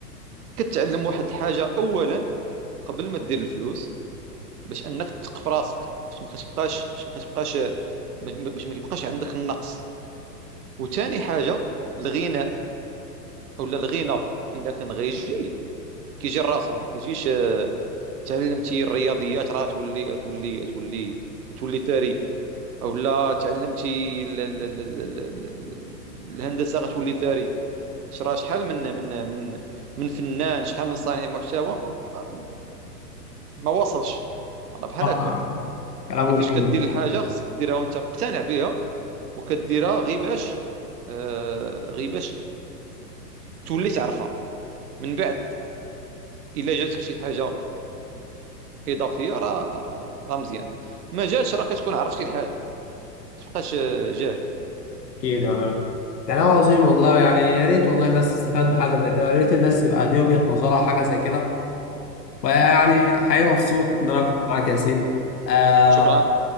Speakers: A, on the right (about 65°); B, on the left (about 75°).
A: كتعلم واحد الحاجه اولا قبل ما دير الفلوس باش انك تثق في راسك باش ما كتبقاش باش ما كتبقاش ما- باش ما كيبقاش عندك النقص وثاني حاجه الغناء اولا الغنى الا كان غيجي كيجي راسو ما كيجيش آه، تعلمتي الرياضيات راه تولي تولي تولي تولي ثري اولا تعلمتي ال- ال- ال- ال- ال- ال- ال- الهندسه غتولي ثري اش راه شحال من من من من فنان شحال من صانع محتوى ما ما وصلش راه بحال
B: صح
A: هكذاك
B: كلام
A: يعني فاش
B: جميل
A: كدير الحاجه خصك ديرها وانت مقتنع بها وكديرها غير باش آه غير باش تولي تعرفها من بعد الا جاتك شي حاجه اضافيه راه راه راه راه مزيان ما جاتش راه كتكون عرفتي الحاجه ما تبقاش آه، جاهل
B: أكيد يعني كلام عظيم والله يعني يا ريت والله الناس تستفاد بحاجة زي كده يا ريت الناس يبقى دي وجهة نظرها حاجة زي كده ويعني حقيقي مبسوط إن أنا كنت معاك يا ياسين آه،
A: شكرا